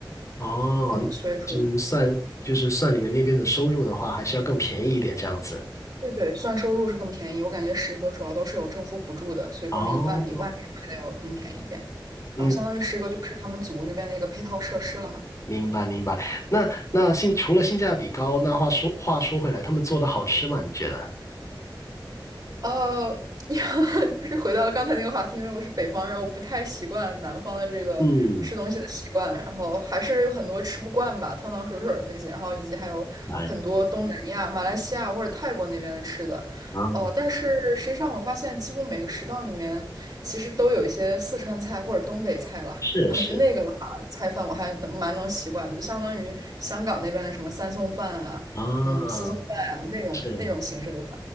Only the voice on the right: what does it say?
嗯，
所以说
对对，算收入是更便宜。我感觉十个主要都是有政府补助的，所以说那个饭比外面卖的要更便宜一点。
然后相当于十个就是他们组那边的一个配套设施了嘛。
呃，<laughs> 就是回到了刚才那个话题，因为我是北方人，我不太习惯南方的这个吃东西的习惯，
然后还是有很多吃不惯吧，汤汤水水的那些，然后以及还有很多东南亚、
马来西亚或者泰国那边的吃的，
哦、但是实际上我发现几乎每个食堂里面其实都有一些四川菜或者东北菜了，
我觉得那个的话，菜饭我还能蛮能习惯的，就相当于香港那边的什么三送饭啊、
什么四送饭啊那种那种形式的饭